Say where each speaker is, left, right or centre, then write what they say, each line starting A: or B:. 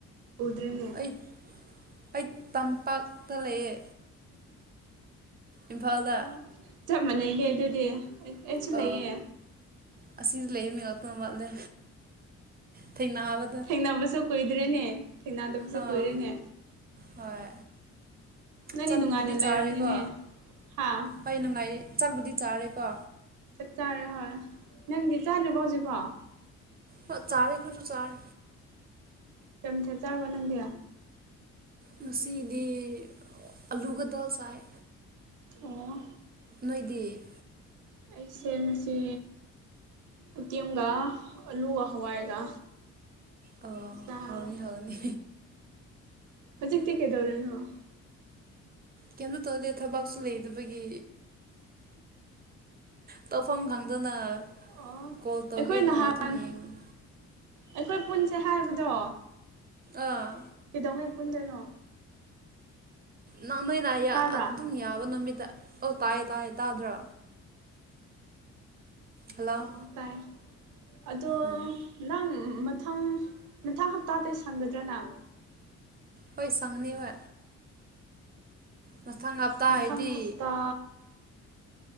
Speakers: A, on the right; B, on the right.
A: ꯎꯗ꯭ꯔꯦꯅꯦ
B: ꯑꯩ ꯑꯩ ꯇꯝꯄꯥꯛꯇ ꯂꯩꯌꯦ ꯏꯝꯐꯥꯜꯗ
A: ꯑꯣ ꯆꯞ ꯃꯥꯟꯅꯩꯅꯦ ꯑꯗꯨꯗꯤ ꯑꯩꯁꯨ
B: ꯑ
A: ꯂꯩꯌꯦ
B: ꯑꯁꯤꯗ ꯂꯩꯕ ꯃꯤ ꯉꯥꯛꯇ ꯃꯠꯂꯦ ꯊꯦꯡꯅꯕꯗ
A: ꯊꯦꯡꯅꯕꯁꯨ ꯀꯨꯏꯗ꯭ꯔꯦꯅꯦ ꯊꯦꯡꯅꯗꯕꯁꯨ
B: ꯑꯥ
A: ꯀꯨꯏꯔꯦꯅꯦ
B: ꯍꯣꯏ
A: ꯅꯪꯗꯤ
B: ꯆꯠꯕꯨꯗꯤ
A: ꯅꯨꯡꯉꯥꯏꯅ ꯂꯩꯔꯝꯅꯤꯅꯦ
B: ꯆꯥꯔꯦꯀꯣ
A: ꯍꯥ
B: ꯍꯩ ꯅꯨꯡꯉꯥꯏꯔꯤ ꯆꯥꯛꯕꯨꯗꯤ ꯆꯥꯔꯦꯀꯣ
A: ꯆꯛ ꯆꯥꯔꯦ ꯍꯣꯏ ꯅꯪꯗꯤ ꯆꯥꯗ꯭ꯔꯤꯕꯣ ꯍꯧꯖꯤꯛꯐꯥꯎ
B: ꯍꯣꯠ ꯆꯥꯔꯦ ꯑꯈꯣꯏꯖꯨ ꯆꯥꯔꯦ
A: ꯀꯩ ꯃꯊꯦꯜ ꯆꯥꯔꯕꯣ ꯅꯪꯗꯤ
B: ꯉꯁꯤꯗꯤ ꯑꯂꯨꯒ ꯗꯜ ꯆꯥꯏꯌꯦ
A: ꯑꯣ
B: ꯅꯣꯏꯗꯤ
A: ꯑꯩꯁꯦ ꯉꯁꯤ ꯎꯇꯦꯝꯒ ꯑꯂꯨꯒ ꯍꯋꯥꯏꯒ
B: ꯑꯣ
A: ꯆꯥꯔꯕ
B: ꯍꯥꯎꯅꯤ ꯍꯥꯎꯅꯤ
A: ꯍꯧꯖꯤꯛꯇꯤ ꯀꯩꯗꯧꯔꯤꯅꯣ
B: ꯀꯩꯝꯇ ꯇꯧꯗꯦ ꯊꯕꯛꯁꯨ ꯂꯩꯇꯕꯒꯤ ꯇꯧꯐꯝ ꯈꯪꯗꯅ
A: ꯑꯣ
B: ꯀꯣꯜ ꯇꯧꯒꯦꯅ
A: ꯑꯩꯈꯣꯏ ꯅꯍꯥꯟ
B: ꯑꯗꯨꯝ ꯌꯦꯡꯕꯅꯤ
A: ꯑꯩꯈꯣꯏ ꯄꯨꯟꯁꯦ ꯍꯥꯏꯕꯗꯣ
B: ꯑꯥ
A: ꯀꯤꯗꯧꯉꯩ ꯄꯨꯟꯗꯣꯏꯅꯣ
B: ꯅꯪ ꯅꯣꯏꯅ ꯑꯃꯥ
A: ꯇꯥꯕ꯭ꯔꯥ
B: ꯑꯗꯨꯝ ꯌꯥꯕ ꯅꯨꯃꯤꯠꯇ ꯑꯧ ꯇꯥꯏꯌꯦ ꯇꯥꯏꯌꯦ ꯇꯥꯗ꯭ꯔꯣ ꯍꯜꯂꯣ
A: ꯑꯣ ꯇꯥꯏ ꯑꯗꯣ
B: ꯑꯧ
A: ꯅꯪ ꯃꯊꯪ ꯃꯊꯪ ꯍꯞꯇꯥꯗꯤ ꯁꯪꯒꯗ꯭ꯔ ꯅꯪ
B: ꯍꯣꯏ ꯁꯪꯒꯅꯤ ꯍꯣꯏ ꯃꯊꯪ ꯍꯞꯇꯥ
A: ꯃꯊꯪ
B: ꯍꯥꯏꯗꯤ
A: ꯍꯞꯇꯥ